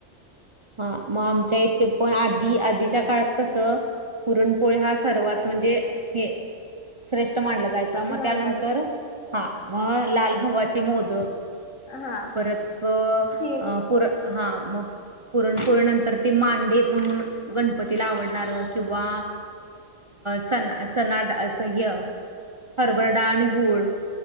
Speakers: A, on the right; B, on the left.
A: हा मग आमच्या इथे पण आधी आधीच्या काळात कस पुरणपोळी हा सर्वात म्हणजे हे श्रेष्ठ मानला जायच मग
B: मानला
A: त्यानंतर
B: जा
A: हा मग लाल गव्हाचे मोदक
B: हा
A: परत
B: खीर
A: पुर हा मग. पुरणपोळी नंतर ते मांडे म्हणून गणपतीला आवडणार किंवा चना चनाड हे हरभर डाण गूळ